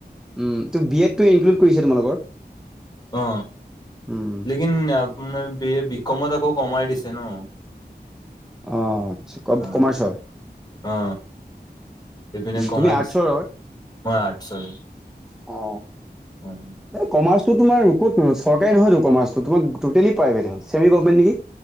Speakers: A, in the centre; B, on the left (about 25°).
A: উম তো বিয়েডটো ইনক্লুড কৰিছে তোমালোকৰ?
B: অ
A: উম
B: লেকিন আপোনাৰ বি বিকমত আকৌ কমাই দিছে ন।
A: অ আচ্ছা ক-কমাৰ্চৰ?
B: অ অ সেইপিনে কমাই
A: তুমি আৰ্টছৰ
B: দিছো।
A: হয়
B: মই আৰ্টচৰ।
A: অ।
B: হয়।
A: কমাৰ্চো তোমাৰ ক'ত চৰকাৰী নহয়তো কমাৰ্চ প্ৰাইভেট হ'ল। চেমি গভমেট নেকি?